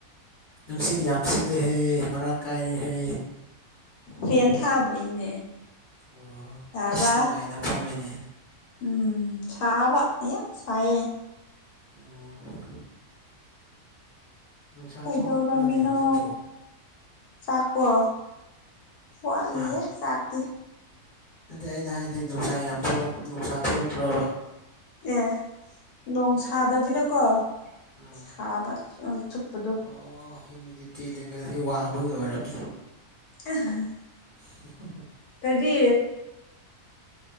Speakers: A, on the left (about 40°); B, on the left (about 85°).
A: ꯅꯨꯡꯁꯤꯠ ꯌꯥꯝ ꯁꯤꯠꯂꯦꯍꯦ ꯃꯔꯥꯡ ꯀꯥꯏꯔꯦꯍꯦ
B: ꯐꯦꯟ ꯊꯥꯕꯩꯅꯦ
A: ꯑꯣ
B: ꯌꯥꯔꯕ
A: ꯑꯁ ꯅꯨꯡꯉꯥꯏꯅ ꯐꯝꯃꯤꯅꯦ
B: ꯎꯝ ꯁꯥꯕ ꯑ ꯌꯥꯝ ꯁꯥꯏꯌꯦ
A: ꯑꯣ ꯅꯨꯡꯁꯥ
B: ꯀꯩꯗꯧꯔꯝꯃꯤꯅꯣ
A: ꯊꯣꯛꯂꯛꯄ꯭ꯔꯅꯦ ꯍꯧꯖꯤꯛꯄꯨ
B: ꯆꯥꯛꯄꯣ ꯋꯥꯠꯂꯤꯌꯦ
A: ꯍꯥ
B: ꯆꯥꯛꯇꯤ
A: ꯅꯠꯇꯦ ꯑꯩꯅ ꯍꯥꯏꯗꯤ ꯅꯨꯡꯁꯥ ꯌꯥꯝ ꯊꯣꯛꯂꯛꯄ ꯅꯨꯡꯁꯥ ꯊꯣꯛꯂꯛꯄ꯭ꯔꯕ
B: ꯑꯦ ꯅꯣꯡ ꯁꯥꯗꯕꯤꯗꯀꯣ
A: ꯑꯥ
B: ꯁꯥꯕ ꯆꯨꯞꯄꯗꯨ
A: ꯑꯣ ꯍꯤꯃ꯭ꯌꯨꯗꯤꯇꯤ ꯂꯦꯚꯦꯜꯁꯤ ꯋꯥꯡꯕꯒꯤ ꯑꯣꯏꯔꯝꯅꯤ
B: ꯑ
A: <inaudible>
B: ꯀꯔꯤ